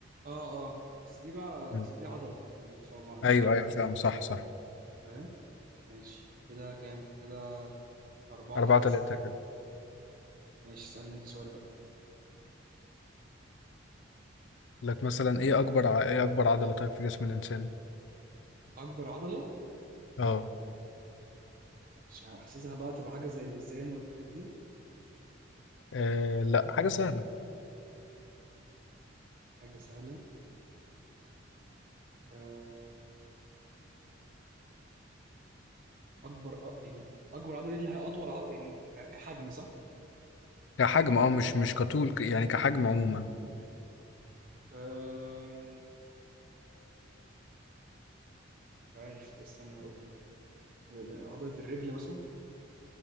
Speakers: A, on the right (about 50°); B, on the left (about 70°).
A: آه آه بس دي بقى
B: مم.
A: أصل دي عضلة يعني ما- فما-
B: أيوة
A: يعني،
B: أيوة فاهم صح صح
A: فاهم ماشي كده كام كده أربعة
B: أربعة
A: تلاتة
B: تلاتة كده
A: ماشي اسألني أنت سؤال بقى
B: لك مثلا إيه أكبر ع- إيه أكبر عضلة طيب في جسم الإنسان؟
A: أكبر عضلة
B: أه
A: مش حاسسها بقى تبقى حاجة زي اللسان والحاجات دي
B: آه، لا حاجة سهلة
A: حاجة سهلة آه، أكبر أ- يعني أكبر عضلة دي اللي هي أطول عضلة يعني ك- كحجم صح؟
B: كحجم اه مش مش كطول ك- يعني كحجم عموما
A: آم، مش عارف استنى هقول لك آه، عضلة الرجل مثلا